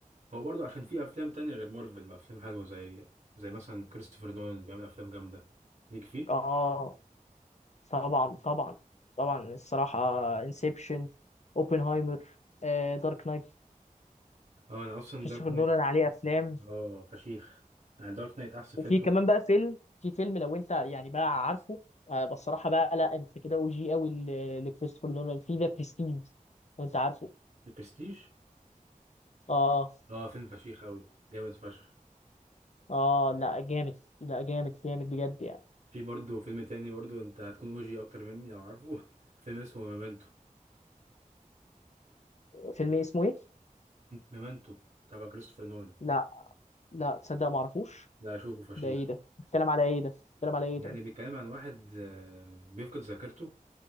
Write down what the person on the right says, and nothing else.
هو برضه عشان في افلام تانية غير مارفل ما افلام حلوة زي زي مثلا كريستوفر نولان بيعمل افلام جامدة ليك فيه
اه انا اصلا
دارك نايت
اه فشيخ يعني دارك نايت احسن
فيلم شفته
البرستيج
اه فيلم فشيخ قوي جامد فشخ
في برضه فيلم تاني برضه انت هتكون اوجي اكتر مني لو عارفه <laughs> فيلم اسمه ميمنتو
ميمنتو تبع كريستوفر نولان
ده اشوفه فشيخ
يعني
بيتكلم عن واحد آه، بيفقد ذاكرته